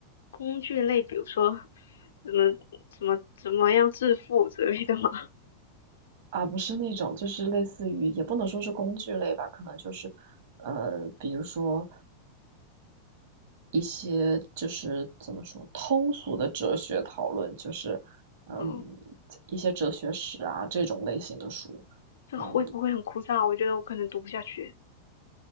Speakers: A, on the left; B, on the right.
A: 工具类，比如说什么什么怎么样致富之类的吗？
B: 啊，不是那种就是类似于也不能说是工具类吧，可能就是呃，比如说一些就是怎么说通俗的哲学讨论，就是嗯
A: <laughs> 哦。
B: 一些哲学史啊这种类型的书。
A: 这会不会很枯燥？
B: 嗯，
A: 我觉得我可能读不下去。